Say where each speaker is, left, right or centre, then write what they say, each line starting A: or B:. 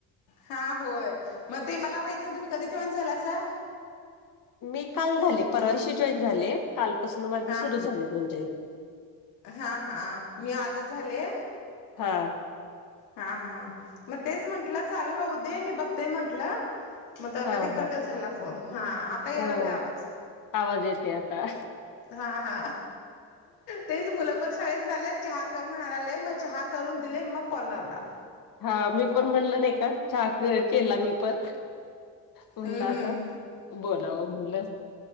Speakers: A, on the left; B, on the left.
A: हा होय मग ते मला माहित नाही तुम्ही कधी जेवण झाला असा
B: मी काल झाले परवाशी जॉईन झाले कालपासून माझ
A: हा
B: सुरू झाले म्हणजे
A: हा हा मी आजच झाले.
B: हां
A: हा हा मग तेच म्हंटलं चालू राहू दे मी बघते म्हंटलं मग तर
B: हा
A: अ का ते
B: हा
A: कटच झाला फोन हा आता यायला
B: ह
A: आलाय आवाज
B: आवाज येते आता
A: हा हा तेच मुलं पण शाळच नाल्या चहा कर म्हणा नाहीय म चहा करून दिले मग कॉल लावला
B: हा मी पण म्हणल नाही का चहा केला मी पण म्हणला
A: हम्म
B: आता
A: हम्म.
B: बोलावं म्हणलं